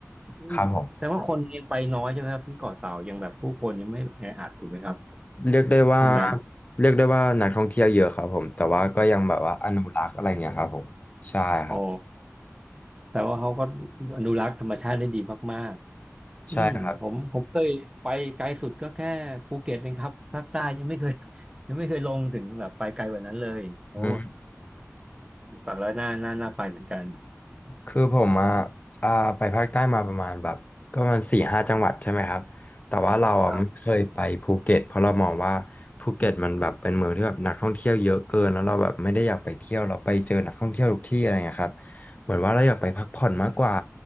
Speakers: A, on the right; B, on the left.
A: อืมแสดงว่าคนยังไปน้อยใช่ไหมครับที่เกาะเต่ายังแบบผู้คนยังไม่แออัดถูกไหมครับ
B: ครับผม เรียกได้ว่า
A: ตรงนั้น
B: เรียกได้ว่านักท่องเที่ยวเยอะครับผมแต่ว่าก็ยังแบบว่าอนุรักษ์อะไรเงี้ยครับผมใช่ครับ
A: อ๋อแสดงว่าเขาก็อนุรักษ์ธรรมชาติได้ดีมากๆอืมผมผมเคยไปไกลสุดก็แค่ภูเก็ตเองครับภาคใต้ยังไม่เคย
B: ใช่ครับ
A: <laughs> ยังไม่เคยลงถึงแบบไปไกลกว่านั้นเลยโอ้
B: อืม
A: ฝังแล้วน่าน่าน่าไปเหมือนกัน
B: คือผมอ่ะอ่าไปภาคใต้มาประมาณแบบก็ประมาณสี่ห้าจังหวัดใช่ไหมครับแต่ว่าเราอ่ะไม่เคยไปภูเก็ตเพราะเรามองว่าภูเก็ตมันแบบเป็นเมืองที่แบบนักท่องเที่ยวเยอะเกินแล้วเราแบบไม่ได้อยากไปเที่ยวเราไปเจอนักท่องเที่ยวทุกที่อะไรเงี้ยครับเหมือนว่าเราอยากไปพักผ่อนมากกว่า
A: ครับ